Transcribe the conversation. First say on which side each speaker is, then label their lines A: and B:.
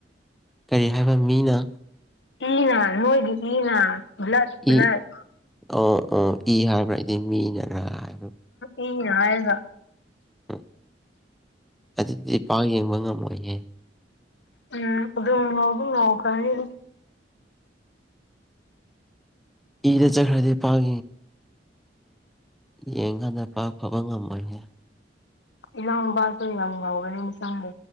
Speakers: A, in the centre; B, on the left.
A: ꯀꯔꯤ ꯍꯥꯏꯕ ꯃꯤꯅ
B: ꯏꯅꯥ ꯅꯣꯏꯗꯤ ꯏꯅꯥ ꯕ꯭ꯂꯠ ꯕ꯭ꯂꯠ
A: ꯏ ꯑꯣ ꯑꯣ ꯏ ꯍꯥꯏꯕ꯭ꯔꯥ ꯑꯩꯗꯤ ꯃꯤꯅꯒ ꯍꯥꯏꯕ
B: ꯎꯝ ꯏ ꯍꯥꯏꯒ
A: ꯎꯝ ꯑꯗꯨꯗꯤ ꯄꯥꯛ ꯌꯦꯡꯕ ꯉꯝꯃꯣꯏꯍꯦ
B: ꯎꯝ ꯑꯗꯨ ꯑꯗꯨ ꯅꯣꯀꯅꯤꯔ
A: ꯏꯗ ꯆꯠꯈ꯭ꯔꯗꯤ ꯄꯥꯛ ꯌꯦꯡꯀꯥꯟꯗ ꯄꯥꯛ ꯐꯕ ꯉꯝꯃ ꯑꯩꯏꯅ
B: ꯏꯅꯥꯅꯕꯥꯁꯨ ꯍ ꯌꯥ ꯉꯎꯒꯗꯤ ꯃꯤꯁꯪꯗꯦ